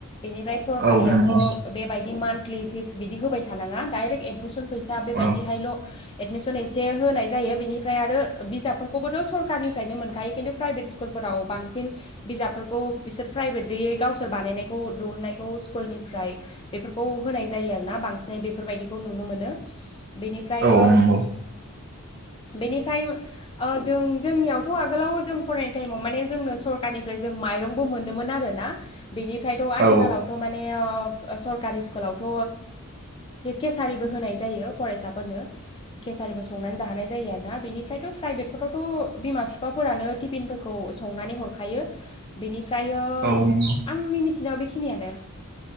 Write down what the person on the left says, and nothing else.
बेनिफ्राय सरकारियावथ'
बेबायदि मान्थलि फिस बिदि होबाय थानाङा डाइरेक्ट एडमिसन फैसा बेबायदिहायल'
एडमिसन एसे होनाय जायो बेनिफ्राय आरो बिजाबफोरखौबोथ' सरखारनिफ्रायनो मोनखायो खिन्थु प्राइभेट स्कुल स्कुलफोराव बांसिन बिजाबफोरखौ बिसोर प्राइभेटयै गावसोर बानायनायखौ दुहुननायखौ स्कुलनिफ्राय बेफोरखौ होनाय जायो आरोना बांसिनै बेफोरबायदिखौ नुनो मोनो। बेनिफ्राय
ओम
बेनिफ्राय ओ जों जोंनियावथ' आगोलाव जों फरायनाय टाइमाव माने जोंनो सरखारनिफ्राय जों माइरं बो मोनोमोन आरोना बेनिफ्रायथ' आथिखालाव
थ' माने ओ सरकारि स्कुलावथ' केसारिबो होनाय जायो फरायसाफोरनो। केसारिबो संनानै जाहोनाय जायो आरोना बेनिफ्रायथ' प्राइभेटफोरावथ' बिमा बिफाफोरानो तिफिनफोरखौ संनानै हरखायो। बेनिफ्रायो
आंनि मिथिनायाव बेखिनियानो